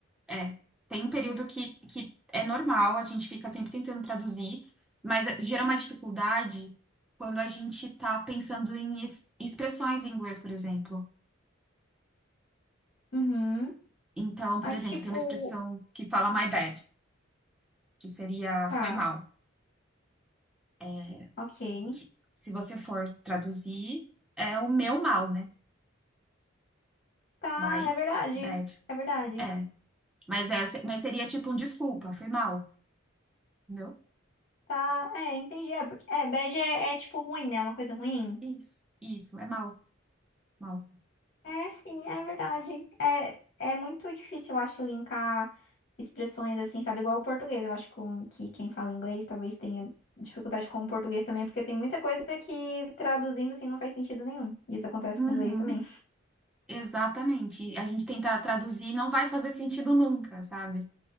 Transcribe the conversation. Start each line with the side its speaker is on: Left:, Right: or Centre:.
Centre: É, tem um período que, que é normal, a gente fica sempre tentando traduzir, mas eh, gera uma dificuldade quando a gente tá pensando em es- expressões em inglês, por exemplo.
Left: Uhum.
Centre: Então, por
Left: Mas,
Centre: exemplo,
Left: tipo,
Centre: tem uma expressão que fala my bad, que seria
Left: tá,
Centre: foi mal. É,
Left: ok.
Centre: que, se você for traduzir, é o meu mal, né?
Left: Tá,
Centre: My
Left: é verdade.
Centre: bad.
Left: É verdade.
Centre: É, mas, é, mas seria tipo um desculpa, foi mal, entendeu?
Left: Tá, é, entendi. É, porque- é bad é, é, tipo ruim, né? Uma coisa ruim.
Centre: Isso, isso, é mal, mal.
Left: É, sim, é verdade. É, é muito difícil, eu acho, linkar expressões assim, sabe? Igual o português. Eu acho com- que quem fala inglês talvez tenha dificuldade com o português também, porque tem muita coisa que traduzindo assim não faz sentido nenhum. Isso acontece
Centre: Uhum.
Left: com o inglês também.
Centre: Exatamente. A gente tenta traduzir e não vai fazer sentido nunca, sabe?